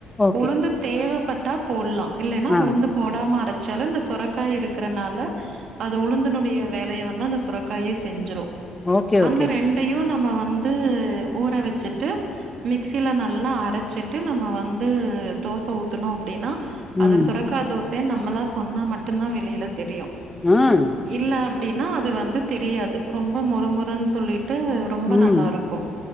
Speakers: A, on the left; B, on the right.
A: ஓகே
B: உளுந்து தேவப்பட்டா போட்லா இல்லனா
A: ஆ
B: உளுந்து போடாம அரைச்சாலு இந்த சுரைக்காய் இருக்குறனால இது உளுந்துனுடைய வேலைய வந்து அந்த சுரக்காயே செஞ்சிரு
A: ஓகே
B: அந்த
A: ஓகே
B: ரெண்டையு நம்ம வந்து ஊற வச்சுட்டு மிக்சில நல் நல்லா அரச்சிட்டு நம்ம வந்து தோச ஊத்தணு அப்டின்னா அது
A: ம்
B: சுர சுரக்கா தோச நம்மள சொன்னா மட்டுதா வெளியில தெரியு
A: ம்
B: இல்ல அப்டின்னா அது வந்து தெரியாது ரொம்ப மோருமோருன்னு சொல்லிட்டு ரொம்ப
A: ம்
B: நல்லா இருக்கு